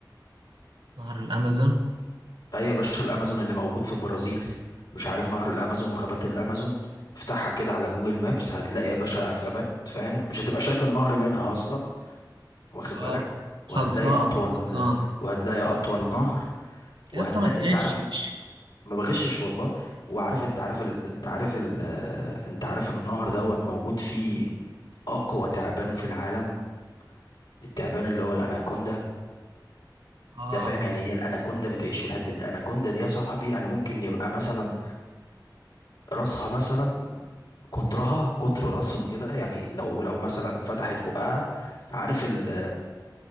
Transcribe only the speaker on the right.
نهر الأمازون
اه
خلصان
خلصان
يا اسطى ما تغشش
اه